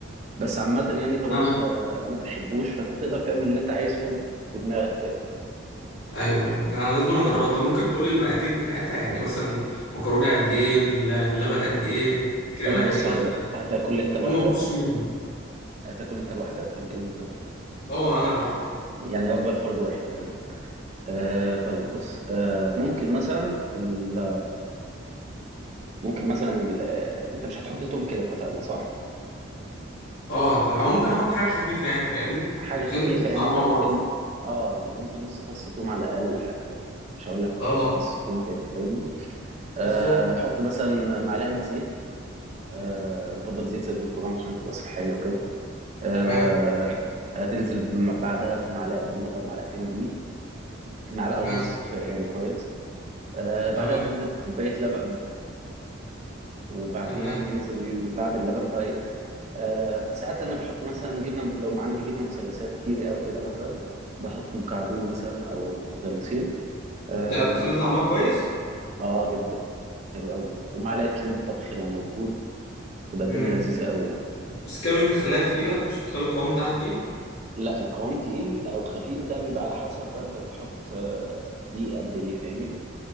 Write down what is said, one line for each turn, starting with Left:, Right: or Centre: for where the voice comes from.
Right: بس عامة يعني طالما
Left: انا
Right: أنت ما بتحبوش فأنت تقدر تعمل اللي أنت عايزه بدماغك فاهم
Left: ايوه ايوه لا انا لازم أنا اجربها
Right: أنت
Left: طب ممكن تقول لي المقادير بتاعتها يعني مثلا مكرونه قد ايه اللبن قد ايه كريمه قد
Right: بص
Left: ايه مثلا
Right: هتاكل أنت لوحدك
Left: عشان ما تبصش مني
Right: هتاكل أنت لوحدك ولا إيه بالظبط
Left: اه انا لوحدي
Right: يعني وجبة لفرد واحد تمام آه طيب بص آه ممكن مثلا ال- ممكن مثلا ال- آه، انت مش هتحط توم كده اتفقنا صح؟
Left: اه طب او ممكن احط حاجه خفيفه يعني فاهمني
Right: حاجة
Left: عشان
Right: خفيفة
Left: انت قلت
Right: يعني
Left: طعمها
Right: انت ممكن
Left: برضه
Right: اه يعني ممكن نص فص ثوم على الأقل حتى مش هقول لك
Left: اه
Right: فص ثوم كامل فاهمني
Left: بالظبط
Right: آه هتحط مثلا معلقة زيت آه يفضل زيت زيتون طبعا عشان تبقى صحية وكده آه
Left: تمام
Right: هتنزل بم- بعدها بمعلقة دقيق أو معلقتين دقيق معلقة
Left: تمام
Right: ونص كفاية يعني كويس آه بعدها
Left: تمام
Right: تنزل بكوباية لبن وبعدين
Left: تمام
Right: تنزل بعد اللبن بقى إيه؟ آه ساعات أنا بحط مثلا جبنة لو ما عندي جبنة مثلثات كيري أو كده مثلا بحط مكعبين مثلا أو مثلثين اه
Left: انت بتخلي طعمها كويس
Right: آه، جدا حلو قوي ومعلقه كريمه طبخ لو موجود تبقى الدنيا
Left: مم.
Right: لذيذه قوي يعني
Left: بس كده مش بتخليها تقيلة مش بتخلي القوام بتاعها تقيل
Right: لا القوام تقيل او خفيف ده بيبقى على حسب بقى انت بتحط آه، دي قد ايه فاهمني